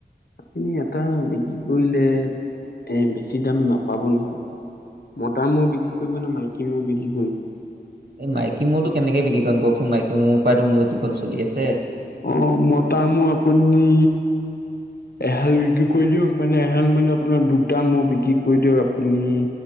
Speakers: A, on the left; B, on the right.
A: আপুনি এটা বিক্ৰী কৰিলে এ, বেছি দাম নাপাব নহয়। মতা ম'হ বিক্ৰী কৰিব নে, মাইকী ম'হ বিক্ৰী কৰিব?
B: এই মাইকী ম'হটো বিক্ৰী কৰিম কওঁকচোন, মাইকী ম'হটো পৰাইটো মোৰ জীৱন চলি আছে।
A: অ, মতা ম'হ আপুনি এহাল বিক্ৰী কৰি দিয়ক, মানে এহাল মানে আপোনাৰ দুটা মহ বিক্ৰী কৰি দিয়ক আপুনি